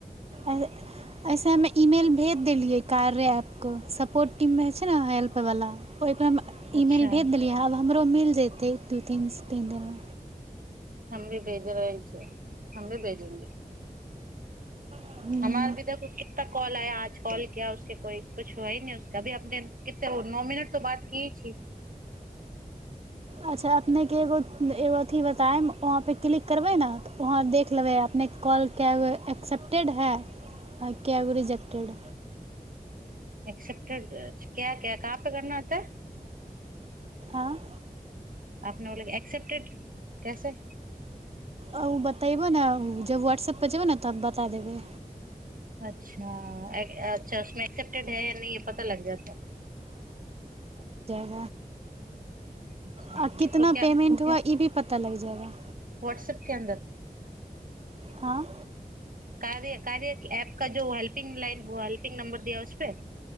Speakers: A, on the right; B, on the right.
A: ऐ- ऐसे ह इमेल भेज देलियै कार्य एप के सपोर्ट टीम मे छै ने हेल्प वाला ओहिप ई
B: अच्छा
A: मेल भेज देलियै आब हम ककरो मिल जेतै दू तीन तीन दिनमे
B: हम भी भेज रहे छै हम भी भेजेंगे
A: दिनमे
B: हमार भी देखो कितना कॉल आया आज कॉल किया उसके कोइ कुछ ह ही न उसभी अपने किते नओ मिनट त बात क छीी
A: अच्छा अपनेके एगो एगो अथी बतायब वहाँपे क्लिक करबै ने तऽ वहाँ देख लेबै अपनेके कॉल क एक्सेप्टेड है कैब रिज्टेड
B: एकसेप्टेड क्या क्य कहाँ पे करना होता
A: आँ
B: अपने ओल एक्सेप्टेड कैसे
A: आ ओ बतैबह ने जब व्हाट्सऐपपर जेबह ने तब बता देबै
B: अच्छा अच्छा उमे एक्सप्टेड है या न य पता लग जाताै
A: आ
B: अच्छा
A: आ
B: मेरे
A: कितना
B: को क्या
A: पेमेंट हुआ ई भी पता लग जायगा
B: व्हाट्सएप के अंदर
A: हँ
B: कार्य कार्या ऐप का जो हेल्पिंग लाइन हेल्पिंग नंबर दिया उसपे